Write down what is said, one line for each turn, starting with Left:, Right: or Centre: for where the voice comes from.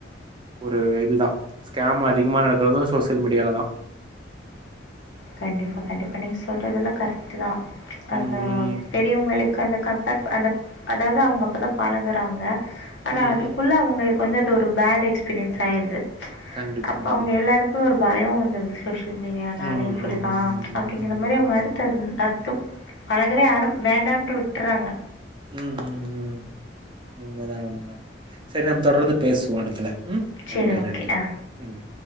Right: ஒரு இது தா ஸ்கேம் அதிகமா நடக்கறது சோசியல் மீடியாவுல தா
Left: கண்டிப்பா கண்டிப்பா நீங்க சொல்றதெல்லா கரெக்ட்டு தா அந்த
Right: ம், ம்,
Left: பெரியவுங்களுக்கு அந்த கம்பேர் ப அந்த அதாவது அவுங்க அப்ப தா பழகறாங்க ஆனா
Right: ம்,
Left: அதுக்குள்ள
Right: ம்.
Left: அவுங்களுக்கு வந்து அது ஒரு பேட் எக்ஸ்பீரியன்ஸ் ஆயிடுது
Right: கண்டிப்பா,
Left: அப்ப
Right: கண்டிப்பா.
Left: அவுங்க எல்லாருக்கும் ஒரு பயம் வந்துருது சோசியல் மீடியானாலே
Right: ம்,
Left: அப்பிடிதான்
Right: ம், ம்,
Left: அப்பிடிங்கிற
Right: ம்.
Left: மாரி
Right: ஆமா,
Left: அவுங்க
Right: ஆமா.
Left: அடுத்தது அ பழகவே ஆர வேண்டான்டு விட்டுறாங்க
Right: ம் ம் ம் உண்மதான் உண்ம தான் சரி நம்ம தொடர்ந்து பேசுவோ எடத்துல ம்
Left: சரி,
Right: நன்றி
Left: ஓகே.
Right: நன்றி
Left: ஆ.
Right: ம்